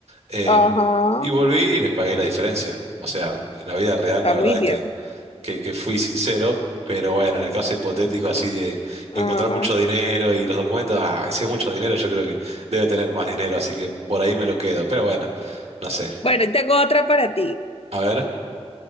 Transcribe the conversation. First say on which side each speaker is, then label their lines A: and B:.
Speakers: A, on the right; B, on the left.
A: eh,
B: Ajá,
A: y volví y les pagué la diferencia. O sea, en la vida real
B: está
A: la verdad
B: muy bien.
A: es que, que, que fui sincero, pero bueno, en el caso hipotético así de encontrar
B: Ajá.
A: mucho dinero y los documentos, ah, si es mucho dinero, yo creo que debe tener más dinero, así que por ahí me lo quedo, pero bueno, no sé.
B: Bueno, y tengo otra para ti.
A: A ver,